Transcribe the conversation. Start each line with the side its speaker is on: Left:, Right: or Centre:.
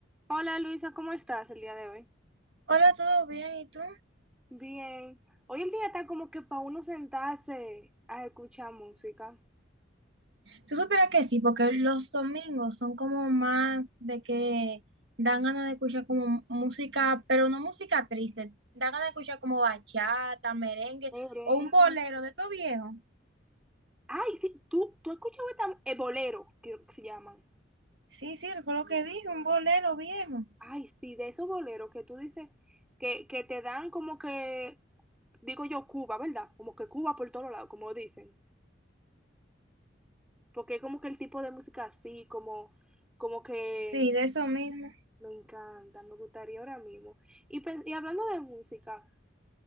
Centre: Hola Luisa, ¿cómo estás el día de hoy?
Right: Hola, ¿todo bien? ¿Y tú?
Centre: Bien, hoy el día está como que para uno sentarse a escuchar música.
Right: Tú supieras que sí, porque los domingos son como más de que dan ganas de escuchar como música, pero no música triste, dan ganas de escuchar como bachata, merengue
Centre: Merengue.
Right: o un bolero de todo viejo.
Centre: Ay, sí, tú, tú has escuchado esta, eh, bolero, creo que se llaman.
Right: Sí, sí, fue lo que dije, un bolero viejo.
Centre: Ay, sí, de esos boleros que tú dices que, que te dan como que, digo yo, Cuba, ¿verdad? Como que Cuba por todos lados, como dicen. Porque es como que el tipo de música así, como, como que
Right: Sí, de eso mismo.
Centre: me encanta, me gustaría ahora mismo. Y, pe- y hablando de música.